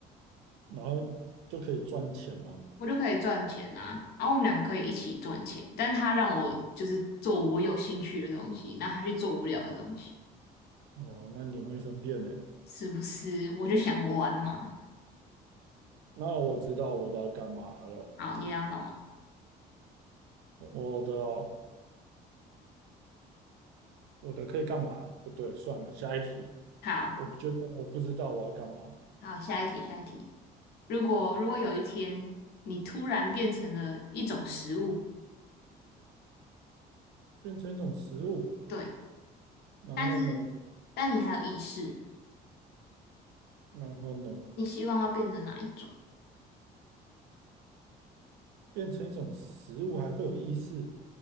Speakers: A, on the right; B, on the left.
A: 然后就可以赚钱嘛。
B: 我就可以赚钱啊，然后我们两个可以一起赚钱，但他让我就是做我有兴趣的东西，然后他去做无聊的东西。
A: 哦，那你会分辨呢、
B: 是不是？我就想玩嘛。
A: 那我知道我的要干嘛了，
B: 好，你要干嘛？
A: 我的哦我的可以干嘛？不对，算了，下一题。
B: 好，
A: 我觉得我不知道我要干嘛，
B: 好，下一题，下一题。如果如果有一天你突然变成了一种食物，
A: 变成一种食物，
B: 对，但是
A: 然后呢，
B: 但你还有意识，
A: 然后呢，
B: 你希望要变成哪一种？
A: 变成一种食物还会有意识，